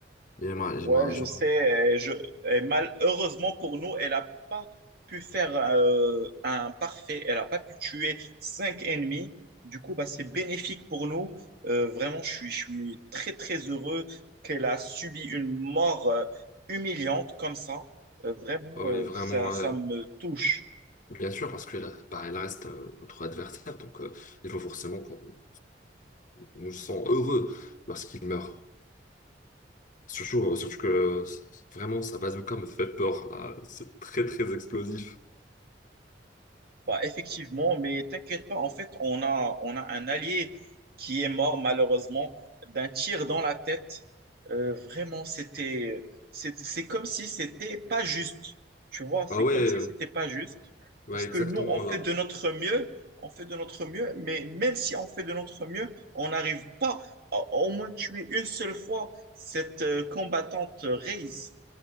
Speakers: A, on the left; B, on the right.
A: il m'a,
B: Ouais,
A: il m'a,
B: je
A: genre,
B: sais. et je, et malheureusement pour nous, elle n'a pas pu faire euh, un parfait. Elle n'a pas pu tuer cinq ennemis. Du coup, bah, c'est bénéfique pour nous. Euh, vraiment, je suis, je suis très, très heureux qu'elle a subi une mort euh, humiliante comme ça. Euh, vraiment,
A: ah oui,
B: euh,
A: vraiment,
B: ça, ça
A: euh,
B: me touche.
A: bien sûr, parce que là, bah, il reste euh, notre adversaire. Donc, euh, il faut forcément qu'on nous sent heureux lorsqu'il meurt. Surtout, euh, surtout que euh, vraiment, sa bazooka me fait peur. là. C'est très, très explosif.
B: Bah, effectivement, mais t'inquiète pas, en fait, on a, on a un allié qui est mort malheureusement d'un tir dans la tête. Euh, vraiment, c'était, c'est, c'est comme si c'était pas juste. Tu vois, c'est
A: Ah ouais,
B: comme
A: euh,
B: si c'était pas juste.
A: ouais,
B: Parce que
A: exactement
B: nous, on fait
A: là.
B: de notre mieux, on fait de notre mieux, mais même si on fait de notre mieux, on n'arrive pas à au moins tuer une seule fois cette euh, combattante Raze.